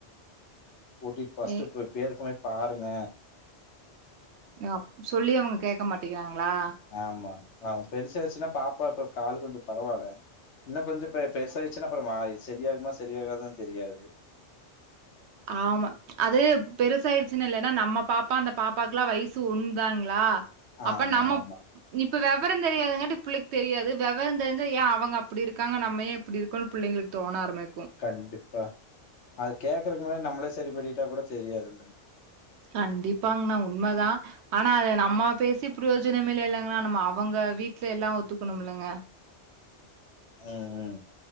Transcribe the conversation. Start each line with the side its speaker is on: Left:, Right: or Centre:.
Left: கூட்டிட்டு ஃபஸ்ட்டு
Right: ஏ
Left: பேருக்குனே பாருங்க
Right: அப்டி செல்லி அவுங்க கேக்க மாட்டேங்கிறாங்களா
Left: ஆமா அவங்க பெருச ஆச்சுன்னா பாப்பா இப்ப காலு கொஞ்சம் பரவாயில்ல இன்னும் கொஞ்சம் பெ பெருச ஆயிடுச்சுன்னா அப்றோம்மா செரி ஆகுமா செரி ஆகாதான்னு தெரியாது
Right: ஆமா அது பெருசாயிடுச்சு இல்லன்னா நம்ம பாப்பா அந்த பாப்பாக்கு எல்லா வயசு ஒன்னு தாங்ளா அப்ப
Left: ஆமா
Right: நம்ம
Left: ஆமா
Right: இப்ப வெவரம் தெரியாதுங்கட்டு புள்ளக்கு தெரியாது வெவரம் தெரிஞ்சா ஏ அவுங்க அப்டி இருக்காங்க நம்ம ஏ இப்டி இருக்கோன்னு புள்ளைங்களுக்கு தோண ஆரம்பிக்கும்
Left: கண்டிப்பா அது கேக்குறக்கு முன்ன நம்மளே செரி பண்ணிட்டா கூட தெரியாது
Right: கண்டிப்பாங்கண்ணா உண்மதா ஆனா அத நம்ம பேசி பிரயோஜனம் இல்லங்களா நம்ம அவுங்க வீட்ல எல்லா ஒத்துக்கணும்ல்ங்க
Left: ம் ம்